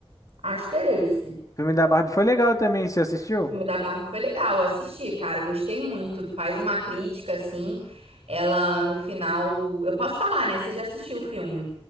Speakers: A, on the right (about 80°); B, on the left (about 35°).
A: acho que é esse.
B: O filme da Barbie foi legal também, você assistiu?
A: O filme da Barbie foi legal, eu assisti, cara, eu gostei muito. Faz uma crítica assim. Ela no final, eu posso falar, né? Você já assistiu o filme?